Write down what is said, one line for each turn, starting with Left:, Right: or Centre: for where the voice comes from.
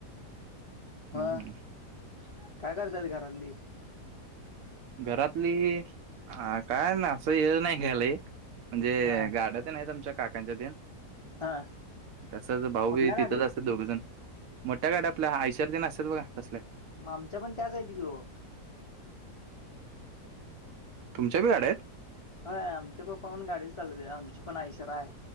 Left: ह
Right: हम्म
Left: <inaudible> काय करतात घरली.
Right: घरातली ह काय ना असं हे नाही घ्यालाय. म्हणजे
Left: हा
Right: गाड्यातन आहे आुमच्या काकांच्या तेन.
Left: हा
Right: <inaudible> तसच भाऊ
Left: कुठल्या
Right: बी
Left: गाडीत
Right: तिथंच असत दोघजण. मोठ्या गाड्या आपल्या आयशवर दिन असतात बघा कसल्या.
Left: मग आमच्या पण त्याच आहेत गे.
Right: तुमच्या भी गाड्या आहेत?
Left: हय आमच्या पप्पा पण गाडी चालवते आमची पण आयसर आहे